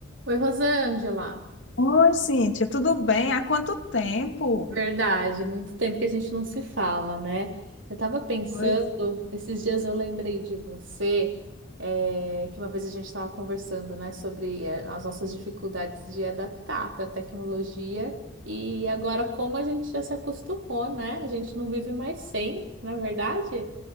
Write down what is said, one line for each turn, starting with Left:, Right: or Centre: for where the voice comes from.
Right: Oi, Rosângela.
Left: Oi, Cíntia, tudo bem? Há quanto tempo?
Right: Verdade, muito tempo que a gente não se fala, né? Eu tava pensando,
Left: Pois,
Right: esses dias eu lembrei de você, é, que uma vez a gente estava conversando, né, sobre é, as nossas dificuldades de adaptar para a tecnologia e agora como a gente já se acostumou, né? A gente não vive mais sem, não é verdade?